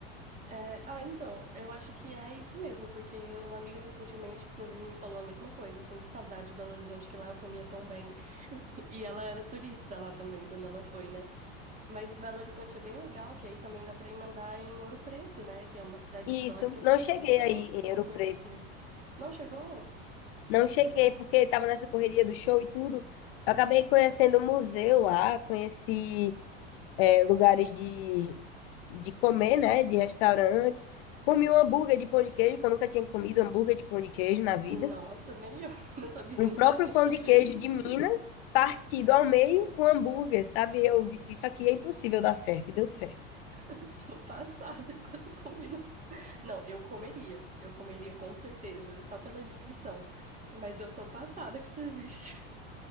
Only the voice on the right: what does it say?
É, ah, então, eu acho que é isso mesmo, porque uma amiga recentemente, inclusive, me falou a mesma coisa, assim, que saudade de Belo Horizonte, que lá eu comia tão bem. <laughs> E ela era turista lá também, quando ela foi, né? Mas Belo Horizonte é bem legal, que aí também dá pra emendar em Ouro Preto, né? Que é uma cidade
histórica,
eu
queria
muito
conhecer.
Não chegou?
Nossa, nem eu <laughs> não sabia nem
que existia
isso.
<laughs> Tô passada com essa combinação. Não, eu comeria. Eu comeria com certeza, só pela descrição. Mas eu tô passada que isso existe.